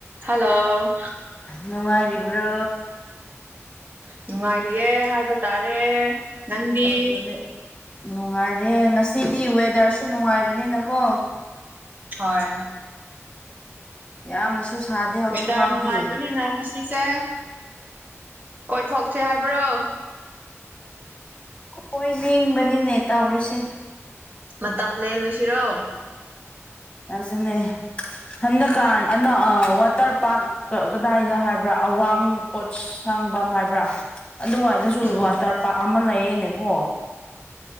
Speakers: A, on the right; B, on the left.
A: Hello
B: ꯅꯨꯡꯉ ꯏꯔꯤꯕ꯭ꯔꯣ
A: ꯅꯨꯡꯉꯥꯏꯔꯤꯑꯦ ꯍꯥꯏꯕ ꯇꯥꯔꯦ ꯅꯪꯗꯤ
B: ꯑꯗꯨꯅꯦ ꯅꯨꯡꯉꯥꯏꯔꯦ ꯉꯁꯤꯗꯤ ꯋꯦꯗꯔꯁꯨ ꯅꯨꯡꯉꯥꯏꯕꯅꯤꯅꯀꯣ
A: ꯍꯣꯏ
B: ꯌꯥꯝꯅꯁꯨ ꯁꯥꯗꯦ ꯍꯧꯖꯤꯛ
A: ꯍꯣꯗꯥꯔ
B: ꯐꯥꯎꯗꯤ
A: ꯅꯨꯉꯥꯏꯕꯅꯤꯅ ꯉꯁꯤ ꯁꯤꯁꯦ ꯀꯣꯏꯊꯣꯛꯀꯦ ꯍꯥꯏꯕ꯭ꯔꯣ
B: ꯍꯣꯏ ꯌꯦꯡꯕꯅꯤꯅꯦ ꯇꯧꯔꯤꯁꯦ
A: ꯃꯇꯝ ꯂꯦꯜꯂꯨꯁꯤꯔꯣ
B: ꯑꯗꯨꯅꯦ ꯍꯟꯗꯛꯀꯥꯟ ꯑꯅ ꯑ ꯋꯥꯇꯔ ꯄꯥꯔꯛ ꯀꯗꯥꯏꯗ ꯍꯥꯏꯕ꯭ꯔꯥ ꯑꯋꯥꯡ ꯄꯣꯠ ꯁꯥꯡꯐꯝ ꯍꯥꯏꯕ꯭ꯔꯥ ꯑꯗꯨꯋꯥꯏꯗꯁꯨ
A: ꯎꯝ
B: ꯋꯥꯇꯔ ꯄꯥꯔ ꯑꯃ ꯂꯩꯌꯦꯅꯦꯀꯣ